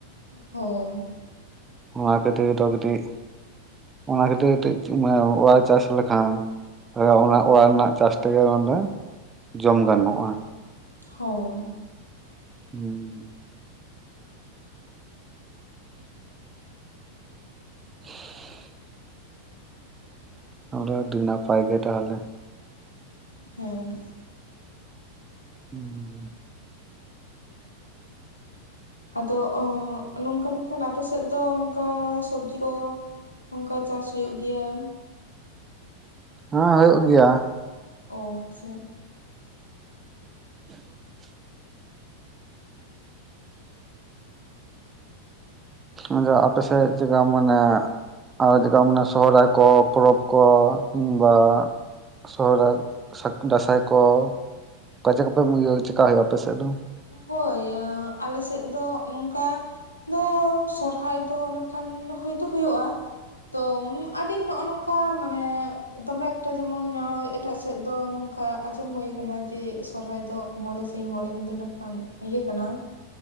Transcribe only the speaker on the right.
ᱚᱱᱟ ᱠᱷᱟᱹᱛᱤᱨ ᱫᱚ ᱠᱟᱹᱴᱤᱡ ᱚᱱᱟ ᱠᱷᱟᱹᱛᱤᱨ ᱠᱟᱹᱴᱤᱡ ᱚᱲᱟᱭ ᱪᱟᱥ ᱞᱮᱠᱷᱟᱱ ᱚᱱᱟ ᱚᱲᱟᱜ ᱨᱮᱱᱟᱜ ᱪᱟᱥ ᱛᱮᱜᱮ ᱱᱚᱰᱮ ᱡᱚᱢ ᱜᱟᱱᱚᱜᱼᱟ᱾
ᱦᱩᱸ <inaudible> ᱚᱱᱰᱮ ᱟᱹᱰᱤ ᱱᱟᱯᱟᱭ ᱜᱮ ᱛᱟᱦᱚᱞᱮ᱾
ᱦᱮᱸ
ᱦᱮᱸ ᱦᱩᱭᱩᱜ ᱜᱮᱭᱟ᱾
<inaudible> ᱟᱫᱚ ᱟᱯᱮ ᱥᱮᱫ ᱛᱮᱫᱚ ᱢᱟᱱᱮ ᱟᱨ ᱪᱮᱠᱟ ᱚᱱᱟ ᱥᱚᱦᱚᱨᱟᱭ ᱠᱚ ᱯᱚᱨᱚᱵᱽ ᱠᱚ ᱠᱤᱝ ᱵᱟ ᱥᱚᱦᱨᱟᱭ ᱥᱟᱠ ᱫᱟᱸᱥᱟᱭ ᱠᱚ ᱠᱟ ᱪᱮ ᱠᱚᱯᱮ ᱤᱭᱟᱹ ᱪᱮᱠᱟ ᱦᱩᱭᱩᱜᱼᱟ ᱟᱯᱮ ᱥᱮᱫ ᱫᱚ?